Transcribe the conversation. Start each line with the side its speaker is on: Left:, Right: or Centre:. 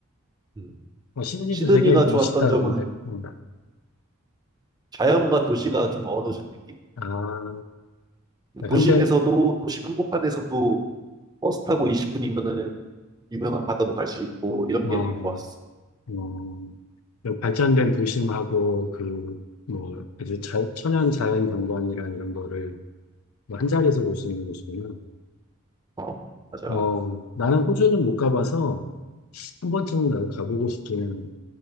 Right: 음.
Left: 시드니도
Right: 시드니가
Left: 되게 멋있다,
Right: 좋았던 점은
Left: 그런데. 음.
Right: 자연과 도시가 좀 어우러진 느낌?
Left: 아,
Right: 도심에서도,
Left: 현대,
Right: 도심 한복판에서도 버스 타고 20분이면은 유명한 바다도 갈 수 있고 이런
Left: 어,
Right: 게 되게 좋았어.
Left: 어, 그 발전된 도심하고, 그, 뭐, 아주 자, 천연 자연 경관이랑 이런 거를 뭐 한자리에서 볼 수 있는 곳이구나.
Right: 어, 맞아.
Left: 어, 나는 호주는 못 가봐서 한 번쯤은 나도 가보고 싶기는